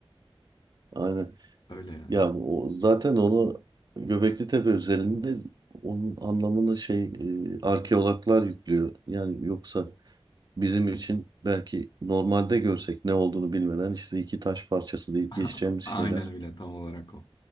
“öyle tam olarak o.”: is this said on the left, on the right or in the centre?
Left